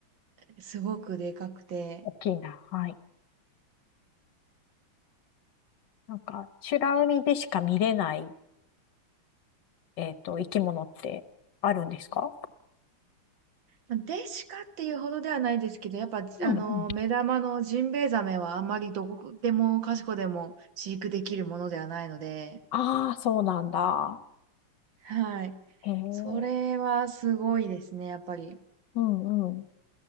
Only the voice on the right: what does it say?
すごくでかくて。
まあデシカっていうほどではないですけど、やっぱ、
あのー目玉のジンベエザメはあんまりどこでもかしこでも飼育できるものではないので、
はい。
それはすごいですね、やっぱり。